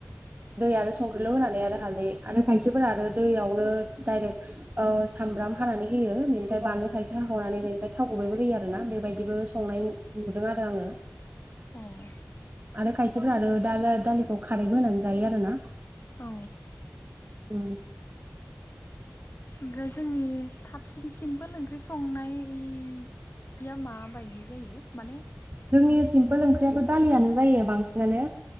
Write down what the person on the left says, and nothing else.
अह।
औ।
ओमफ्राय जोंनि थाबसिन सिम्पोल ओंख्रि संनाया माबायदि जायो? माने?